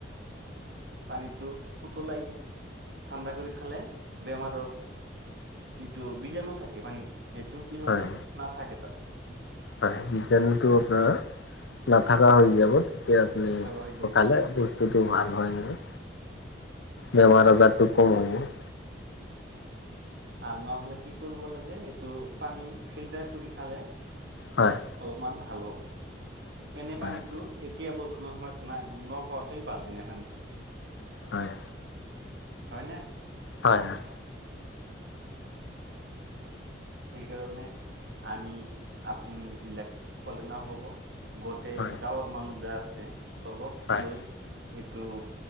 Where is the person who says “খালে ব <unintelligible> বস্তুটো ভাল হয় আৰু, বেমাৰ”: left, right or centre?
Left